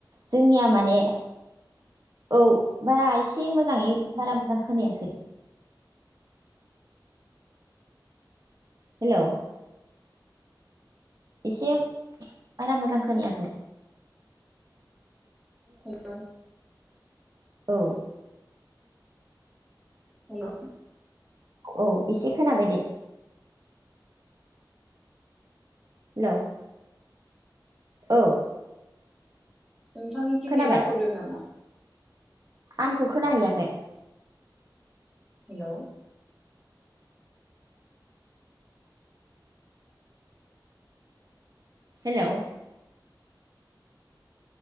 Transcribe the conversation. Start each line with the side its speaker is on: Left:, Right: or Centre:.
Right: जोंनिया माने औ बारा एसे मोजाङै बारा मोजां खोनायाखै। हेलौ। एसे बारा मोजां खोनायाखै।
Centre: हेलौ।
Right: औ।
Centre: हेलौ।
Right: औ एसे खोनाबाय दे। हेलौ। औ।
Centre: नोंथांनिथिं
Right: खोनाबाय
Centre: नेदा प्रब्लेम नामा?
Right: आंनिखौ खोनाहैयाखै?
Centre: हेलौ।
Right: हेलौ।